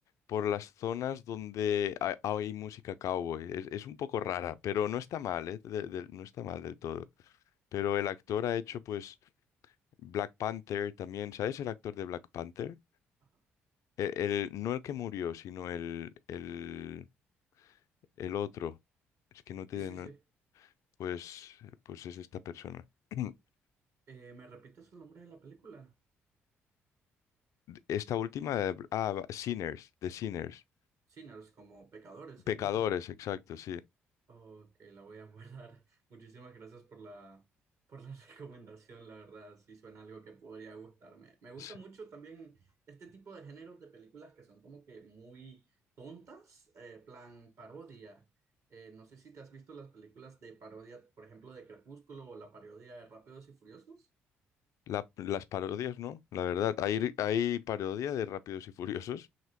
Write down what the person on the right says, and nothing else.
Ajá.
Sí, sí,
sí.
Eh, ¿me repites el nombre de la película?
Sinners, como pecadores
en inglés.
Ok, la voy a guardar. <laughs> Muchísimas gracias por la, por la <laughs> recomendación, la verdad, sí suena algo que podría gustarme. Me gusta
mucho también este tipo de géneros de películas que son como que muy tontas, eh, plan parodia. Eh, no sé si te has visto las películas de parodia, por ejemplo, de Crepúsculo o la parodia de Rápidos y Furiosos.